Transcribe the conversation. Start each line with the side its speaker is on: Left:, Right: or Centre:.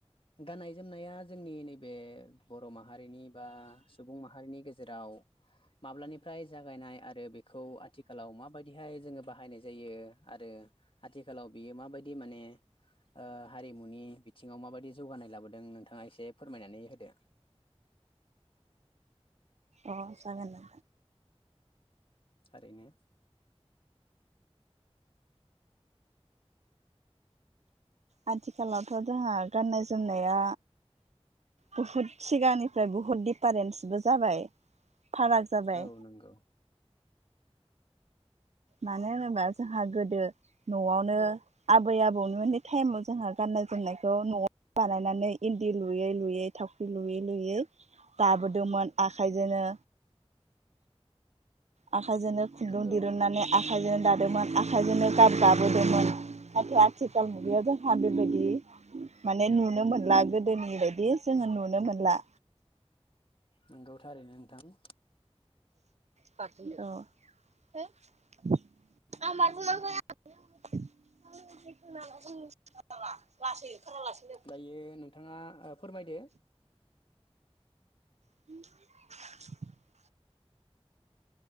Left: गाननाय जोमनाया जोंनि नैबे बर' माहारिनि बा सुबुं माहारिनि गेजेराव माब्लानिफ्राय जागायनाय आरो बेखौ आथिखालाव माबायदिहाय जोङो बाहायनाय जायो आरो आथिखालाव बियो माबायदि माने ओ हारिमुनि बिथिङाव माबायदि जौगानाय लाबोदों नोंथाङा एसे फोरमायनानै होदो
Right: अ जागोन दे
Left: थारैनो
Right: आथिखालावथ' जोंहा गाननाय जोमनाया बुहुद सिगांनिफ्राय बुहुत दिडफारेन्सबो जाबाय फाराग जाबाय
Left: औ नांगौ
Right: मानो होनोबा जोंहा गोदो न'आवनो आबै आबौमोननि टाइमाव जोंहा गाननाय जोमनायखौ न'आव बानायनानै इन्दि लुयै लुयै थावख्रि लुयै लुयै दाबोदोंमोन आखाइजोंनो आखाइजोंनो खुन्दुं
Left: नंगौ
Right: दिरुननानै आखाइजोंनो दादोंमोन आखाइजोंनो गाब गाबोदोंमोन नाथाय आथिखाल मुगायाव द बेबायदि माने नुनो मोनला गोदोनि बायदि जोङो नुनो मोनला
Left: नंगौ थारैनो नोंथां
Right: बाख औ <unintelligible> <unintelligible> <unintelligible> लासै ओंखारालासिनो
Left: दायो नोंथाङा फोरमायदो
Right: <inaudible>